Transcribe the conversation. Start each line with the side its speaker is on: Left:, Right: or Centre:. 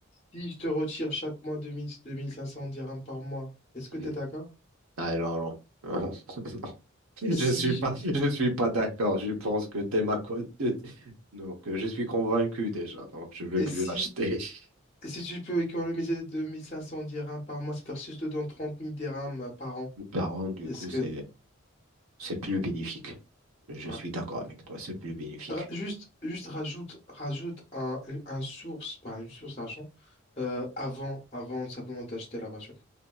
Left: Si je te retire chaque mois deux deux mille deux mille cinq cents dirhams par mois, est-ce que
Right: Mm.
Left: tu es d'accord?
Right: Ah non, non. <laughs> <laughs> Je
Left: Si,
Right: suis pas, je suis pas d'accord. Je pense que t'es ma co- t'es- Donc, euh, je suis convaincu déjà. Donc, je vais
Left: et
Right: plus
Left: si,
Right: l'acheter. <laughs>
Left: et si tu peux économiser 2500 dirhams par mois, c'est-à-dire si je te donne 30 000 dirhams euh, par an,
Right: Par contre, du
Left: est-ce
Right: coup,
Left: que...
Right: c'est, c'est plus bénéfique. Je
Left: ouais.
Right: suis d'accord avec toi. C'est plus bénéfique.
Left: Ra- Juste, juste rajoute, rajoute un, un- un source, pas une source d'argent, euh, avant, avant simplement d'acheter la voiture.